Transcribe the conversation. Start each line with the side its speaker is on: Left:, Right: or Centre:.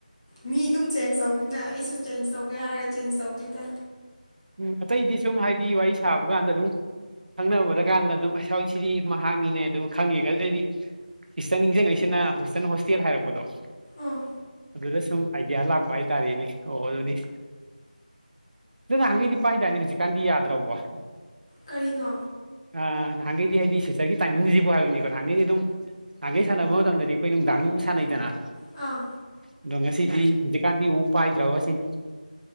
Left: ꯃꯤ ꯑꯗꯨꯝ ꯆꯦꯟꯖ ꯇꯧꯋꯤꯅ ꯑꯩꯁꯨ ꯆꯦꯟꯖ ꯇꯧꯒꯦ ꯍꯥꯏꯔꯒ ꯆꯦꯟꯖ ꯇꯧꯗꯦꯗ꯫
Right: ꯎꯝ ꯑꯇꯩꯗꯤ ꯁꯨꯝ ꯍꯥꯏꯗꯤ ꯋꯥꯔꯤ ꯁꯥꯕ ꯀꯥꯟꯗ ꯑꯗꯨꯝ ꯈꯪꯅꯕꯗꯀꯥꯟꯗ ꯑꯗꯨꯝ ꯑꯩ ꯁꯋꯥꯁꯤꯗꯤ ꯃꯍꯥꯛꯅꯤꯅꯦ ꯑꯗꯨꯝ ꯈꯪꯉꯤꯒ ꯑꯩꯗꯤ ꯁꯤꯁꯇꯔ ꯅꯤꯡꯁꯤꯡꯉꯩꯁꯤꯅ ꯁꯤꯁꯇꯔꯅ ꯍꯣꯁꯇꯦꯜ ꯍꯥꯏꯔꯛꯄꯗꯣ꯫
Left: ꯑꯥ
Right: ꯑꯗꯨꯗ ꯁꯨꯝ ꯑꯥꯏꯗꯤꯌꯥ ꯂꯥꯛꯄ ꯍꯥꯏꯇꯥꯔꯦꯅꯦ ꯑꯣ ꯑꯣ ꯑꯗꯨꯗꯤ꯫ ꯑꯗꯨ ꯅꯍꯥꯟꯉꯩꯗꯤ ꯄꯥꯏꯗꯥꯏꯅꯤ ꯍꯧꯖꯤꯛꯀꯥꯟꯗꯤ ꯌꯥꯗ꯭ꯔꯕꯣ꯫
Left: ꯀꯔꯤꯅꯣ꯫
Right: ꯑ ꯅꯍꯥꯟꯒꯩꯗꯤ ꯍꯥꯏꯗꯤ ꯁꯤꯇꯔꯒꯤ ꯇꯥꯏꯃꯤꯡꯁꯤꯕꯨ ꯍꯥꯏꯕꯅꯤꯀꯣ ꯅꯍꯥꯟꯒꯩꯗꯤ ꯑꯗꯨꯝ ꯥꯅꯍꯥꯟꯒꯩ ꯁꯥꯟꯅꯕ ꯃꯇꯝꯗꯗꯤ ꯑꯩꯈꯣꯏ ꯅꯨꯡꯗꯥꯡ ꯗꯨꯝ ꯁꯥꯟꯅꯩꯗꯅ꯫
Left: ꯑꯥ꯫
Right: ꯑꯗꯣ ꯉꯁꯤꯗꯤ ꯍꯧꯖꯤꯛꯀꯥꯟꯗꯤ ꯑꯃꯨꯛ ꯄꯥꯏꯗ꯭ꯔꯕ ꯁꯤꯅꯤ꯫